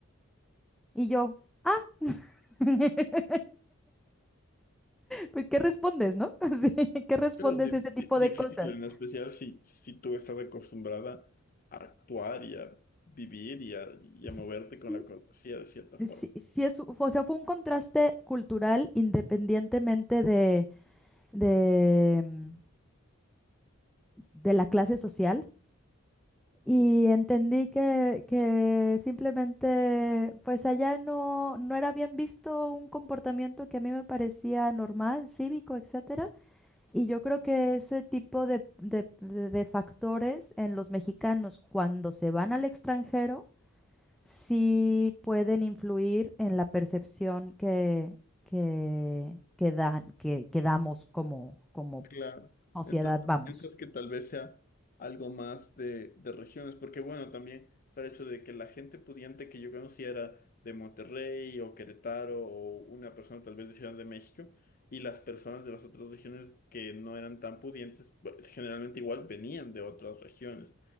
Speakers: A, in the centre; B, on the left (about 45°).
A: Y yo, ah. <laughs> Pues, ¿qué respondes, no? <laughs> Sí, ¿qué respondes
B: Pero es di-
A: a ese tipo
B: di-
A: de
B: difícil,
A: cosas?
B: en especial si, si tú estás acostumbrada a actuar y a vivir y a, y
A: Sí,
B: a moverte con la cortesía de cierta forma.
A: sí, sí es, o sea, fue un contraste cultural independientemente de, de, mm, de la clase social. Y entendí que, que simplemente, pues allá no, no era bien visto un comportamiento que a mí me parecía normal, cívico, etcétera. Y yo creo que ese tipo de, de de- de factores en los mexicanos cuando se van al extranjero sí pueden influir en la percepción que, que, que dan, que, que damos como, como
B: Claro.
A: sociedad,
B: Entonces,
A: vamos.
B: piensas que tal vez sea algo más de, de regiones, porque bueno, también está el hecho de que la gente pudiente que yo conocía era de Monterrey o Querétaro o una persona tal vez de Ciudad de México, y las personas de las otras regiones que no eran tan pudientes, pues, generalmente igual venían de otras regiones.